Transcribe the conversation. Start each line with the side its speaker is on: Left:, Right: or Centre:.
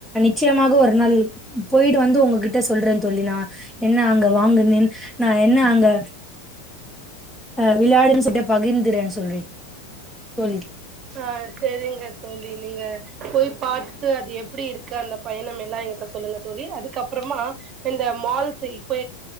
Centre: நிச்சயமாக ஒரு நாள் போய்ட்டு வந்து உங்ககிட்ட சொல்றே தோழி நா என்ன அங்க வாங்குனேன் நா என்ன அங்க அ விளாடுனேன்னு சொல்ட்டு பகிர்ந்துறேன்னு சொல்றி தோழி
Right: ஆ சரிங்க தோழி நீங்க போய் பாத்து அது எப்டி இருக்கு அந்த பயணம் எல்லா ஏன்ட சொல்லுங்க தோழி அதுக்கப்பறமா இந்த மால்ஸ் இப்போ